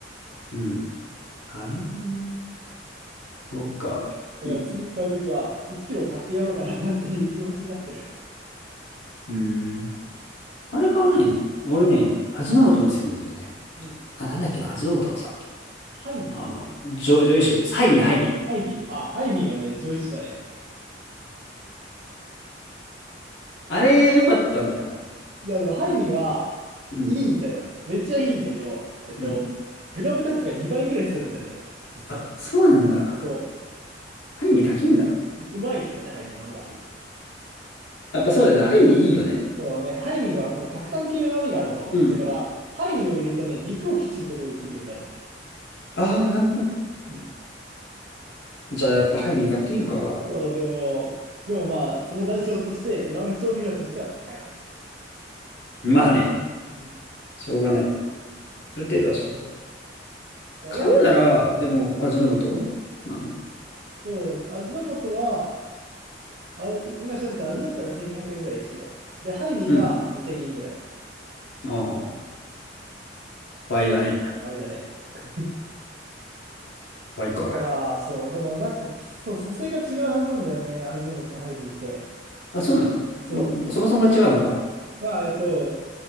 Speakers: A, on the left (about 70°); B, on the right (about 55°).
A: うん。なるほどね。
B: そう。
A: そっか。
B: だから次買うときは1キロ買ってやろうかなっていう気持ちになってる。
A: いい。うん。あれ買わないの俺ね、味の素も好きなんだけどね。
B: うん。
A: あ、なんだっけな、味の素のさ。
B: ハイミー
A: あの、女、女優集です。はいみんな、<laughs> はいみ。
B: ハイミーあ、ハイミーはね、上位種だね。
A: <laughs> あれ、良かったんだよな。
B: いや、でもハイミーはいいんだよ。
A: うん。
B: めっちゃいいんだけど、えっと、
A: うん。
B: グラム単価が2倍ぐらいするんだよね。実は。
A: あ、そうなんだ。
B: そ
A: ハイミ高いんだな。
B: う。うまいけどね、ハイミーの方が。
A: やっぱそうだよね。ハイミいいよね。
B: そう、なんかハイミーはこの核酸系の旨味があるの。
A: うん。
B: だから、ハイミーを入れるとね、肉をきっちることができるようになる。
A: ああ、なるほど。
B: うん。
A: じゃあやっぱハイミ買ってみるか。
B: そう、でも、でもまあ、その代償として、旨味調味料としては高い。
A: まあね。
B: うん。
A: しょうがない。ある程度はしょうがない。
B: そういや、
A: 買うなら、
B: でも、
A: でも、
B: うん。
A: 味の素なの
B: そう、味の素は、あ、今調べたら味の素が1200円ぐらい1キロ。で、ハイミーが2000円ぐらい。
A: うん。ああ、倍だね。
B: 倍だね。<laughs>
A: 倍か。
B: だから、そう、でもなんか、そう、組成が違うはずなんだよね、味の素とハイミーって。
A: あ、そうなのも、
B: そ
A: そもそもが違うのか。
B: う。あ、えっと、